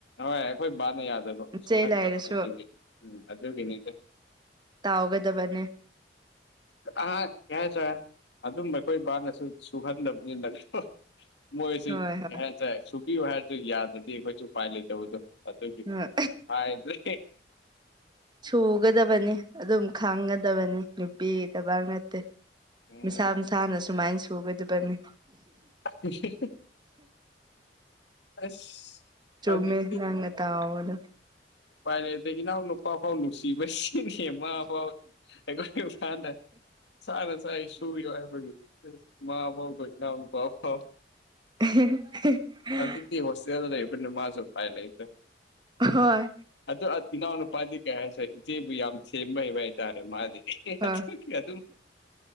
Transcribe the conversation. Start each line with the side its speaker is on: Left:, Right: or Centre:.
Left: ꯍꯣꯏ ꯑꯩꯈꯣꯏ ꯕꯥꯅ ꯌꯥꯗꯕ ꯁꯨꯡꯍꯟꯗꯕ
Right: ꯆꯩ ꯂꯩꯔꯁꯨ
Left: ꯑꯗꯨꯒꯤ ꯑꯗꯨꯒꯤꯅꯤ
Right: ꯇꯧꯒꯗꯕꯅꯦ
Left: ꯑꯥ <unintelligible> ꯑꯗꯨꯝ ꯑꯩꯈꯣꯏ ꯏꯕꯥꯅꯁꯨ ꯁꯨꯍꯟꯗꯕꯅꯤ ꯅ ꯃꯣꯏꯁꯤ
Right: ꯍꯣꯏ ꯍꯣꯏ
Left: <unintelligible> ꯁꯨꯕꯤꯌꯨ ꯍꯥꯏꯔꯁꯨ ꯌꯥꯗ꯭ꯔꯗꯤ ꯑꯩꯈꯣꯏꯁꯨ ꯎꯄꯥꯏ ꯂꯩꯇꯕꯗꯣ ꯑꯗꯨꯒꯤ
Right: ꯍꯣꯏ
Left: ꯍꯥꯏꯗ꯭ꯔꯦ
Right: ꯁꯨꯒꯗꯕꯅꯤ ꯑꯗꯨꯝ ꯈꯪꯒꯗꯕꯅꯤ ꯅꯨꯄꯤꯒꯤ ꯊꯕꯛ ꯅꯠꯇꯦ
Left: ꯎꯝ
Right: ꯃꯁꯥ ꯃꯁꯥꯅ ꯁꯨꯃꯥꯏꯅ ꯁꯨꯒꯗꯕꯅꯤ
Left: <unintelligible> ꯑꯁ
Right: ꯆꯨꯝꯃꯦ
Left: ꯍꯧꯖꯤꯛꯇꯤ
Right: ꯅꯪꯅ ꯇꯥꯑꯣꯗ
Left: ꯄꯥꯏꯔꯦ ꯑꯗꯩ ꯏꯅꯥꯎ ꯂꯨꯄꯥꯐꯥꯎ ꯅꯨꯡꯁꯤꯕꯁꯤꯡ ꯁꯦꯝꯃꯐꯥꯎ ꯑꯩꯈꯣꯏ ꯐꯥꯅ <unintelligible> ꯁꯨꯌꯣ ꯍꯥꯏꯕꯒꯤ ꯃꯥ ꯐꯥꯎꯕ ꯏꯅꯥꯎꯅ ꯄꯥꯎ ꯐꯥꯎ
Right: <unintelligible>
Left: ꯍꯧꯖꯤꯛꯇꯤ ꯍꯣꯁꯇꯦꯜꯗ ꯂꯩꯕꯅꯤ ꯃꯥꯁꯨ ꯄꯥꯏ ꯂꯩ
Right: ꯑꯥꯍꯣꯏ
Left: ꯑꯗꯨ ꯏꯅꯥꯎ ꯅꯨꯨꯄꯥꯗꯤ ꯀꯩ ꯍꯥꯏꯁꯦ ꯏꯆꯦꯕꯨ ꯌꯥꯝ ꯁꯦꯝꯕ ꯍꯩꯕ ꯍꯥꯏꯇꯥꯔꯦ ꯃꯥꯗꯤ <unintelligible>
Right: ꯍꯣꯏ